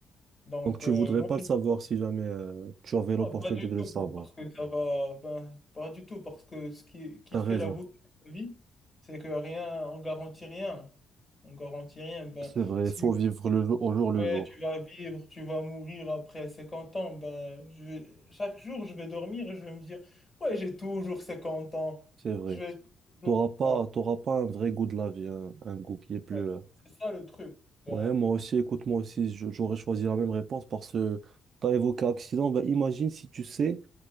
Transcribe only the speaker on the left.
donc
euh,
moi,
non, pas du
tout,
parce que ça va, ben, pas du tout, parce que ce qui, qui
fait
la beauté de la vie, c'est que rien, on garantit rien. On garantit rien. Ben,
si
ouais,
tu vas vivre, tu vas mourir après 50 ans, ben, je vais- chaque jour, je vais dormir et je vais me dire, ouais, j'ai toujours 50 ans.
Je vais toujours.
ben,
ouais,
c'est ça le truc. Ben,